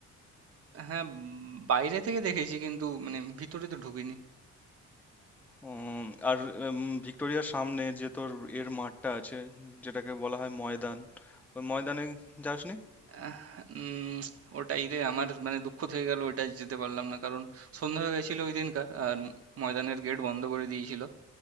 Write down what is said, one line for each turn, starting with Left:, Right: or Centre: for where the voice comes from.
Right: হ্যাঁ উম, বাইরে থেকে দেখেছি কিন্তু মানে ভিতরে তো ঢুকিনি
Centre: উম, আর উম, ভিক্টোরিয়ার সামনে যে তোর এর মাঠটা আছে যেটাকে বলা হয় ময়দান ওই ময়দানে যাসনি
Right: আহ, উম, ওটাই রে আমার মানে দুঃখ থেকে গেল ওইটা যেতে পারলাম না কারণ সন্ধ্যা হয়ে গেছিল ওই দিনকার আর ময়দানের গেট বন্ধ করে দিয়েছিল